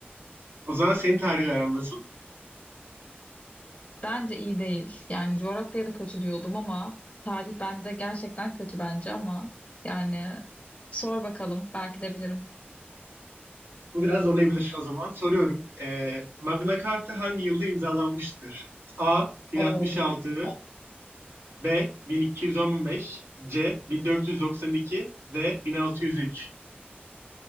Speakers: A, on the right; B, on the left.
A: O zaman senin tarihle aran nasıl?
B: Bence iyi değil. Yani coğrafya da kötü diyordum ama tarih bende gerçekten kötü bence ama yani sor bakalım. Belki de bilirim.
A: Bu biraz zorlayabilir o zaman. Soruyorum. Ee, Magna Carta hangi yılda imzalanmıştır? A. 1066
B: O
A: B 1215, C 1492, D 1603.